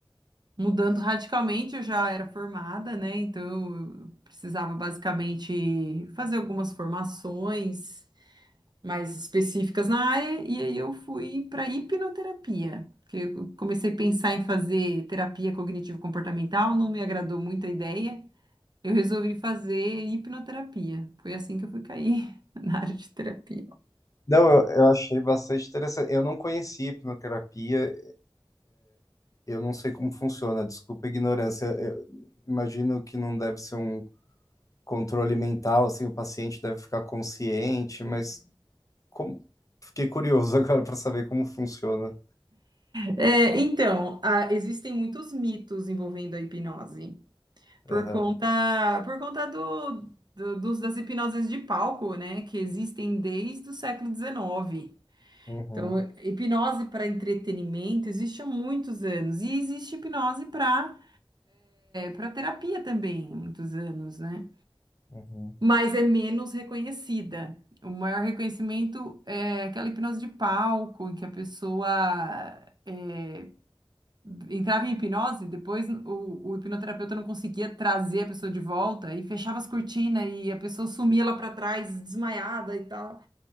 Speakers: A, on the right; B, on the left.
A: mudando radicalmente, eu já era formada, né? Então eu precisava basicamente fazer algumas formações mais específicas na área e aí eu fui para hipnoterapia. que Eu comecei a pensar em fazer terapia cognitivo-comportamental, não me agradou muito a ideia, Eu resolvi fazer hipnoterapia. Foi assim que eu fui cair <laughs> na área de terapia.
B: Não, eu, eu achei bastante interessante. Eu não conhecia hipnoterapia, Eu não sei como funciona, desculpa a ignorância. Eu imagino que não deve ser um controle mental, assim, o paciente deve ficar consciente, mas como... fiquei curioso <laughs> agora para saber como funciona.
A: É, então, a- existem muitos mitos envolvendo a hipnose. Por
B: Aham.
A: conta, por conta do, do- dos, das hipnoses de palco, né? Que existem desde o século XIX.
B: Uhum,
A: Então, hipnose para entretenimento existe há muitos anos. E existe hipnose para para terapia também, há muitos anos, né?
B: uhum.
A: mas é menos reconhecida. O maior reconhecimento é aquela hipnose de palco, em que a pessoa é, entrava em hipnose, depois o, o hipnoterapeuta não conseguia trazer a pessoa de volta e fechava as cortinas e a pessoa sumia lá para trás, desmaiada e tal.